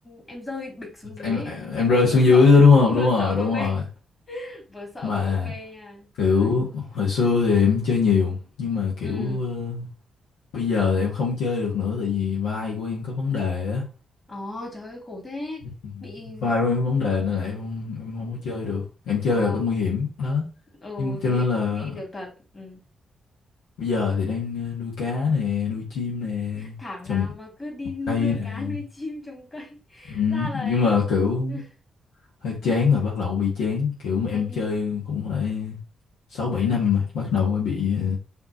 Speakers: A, on the left (about 30°); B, on the left (about 75°).
A: em rơi bịch xuống dưới
B: em
A: ấy
B: em
A: ôi
B: rơi xuống
A: vừa sợ
B: dưới á, đúng không
A: <laughs> vừa
B: đúng rồi
A: sợ
B: đúng
A: vừa mê
B: rồi
A: vừa sợ
B: mà
A: vừa ok nha trời
B: kiểu hồi xưa thì em chơi nhiều nhưng mà kiểu
A: ừ
B: ờ, bây giờ thì em không chơi được nữa tại vì vai của em có vấn đề á
A: ồ trời ơi khổ thế
B: <laughs> Ừ.
A: bị
B: vai của em có vấn đề nên là em không em không có chơi được em chơi
A: ờ
B: là có nguy hiểm đó
A: ừ,
B: nhưng mà cho
A: thế
B: nên
A: thì
B: là
A: không đi được thật ừ.
B: Bây giờ thì đang ờ, nuôi cá nè, nuôi chim nè,
A: thảo nào
B: trồng
A: mà cứ đi <laughs>
B: cây
A: nuôi
B: nè.
A: cá nuôi chim trồng cây <laughs>
B: Ừ,
A: ra là
B: nhưng
A: ấy
B: mà kiểu
A: <laughs>
B: hơi chán rồi bắt đầu bị chán. Kiểu em
A: hay đi
B: chơi cũng phải 6 7 năm rồi, bắt đầu mới bị ờ,